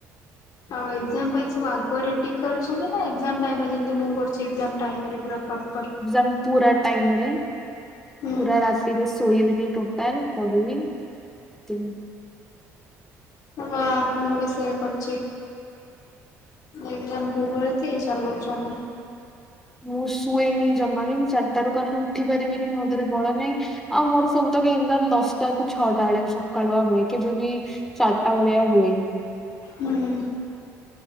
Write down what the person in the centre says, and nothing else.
ଏଗଜାମ୍ ପୁରା ଟାଇମରେ
ପୁରା ରାତିରେ ଶୋଇବିନି ଟୋଟାଲ୍ ପଢିବି ତେବେ
ମୁଁ ଶୁଏନି ଜମା ବି ମୁଁ ଚାରଟାରୁ କାରଣ ଉଠି ପାରେନିକି ମୋ ଦେହରେ ବଳ ନାହିଁ ଆଉ ମୋର ସବୁ ତ ଏଗଜାମ୍ ଦଶଟା କି ଛଅଟା ବେଳେ ସକାଳୁଆ ହୁଏ କେବେ ବି ଚାରଟା ବେଳିଆ ହୁଏନି।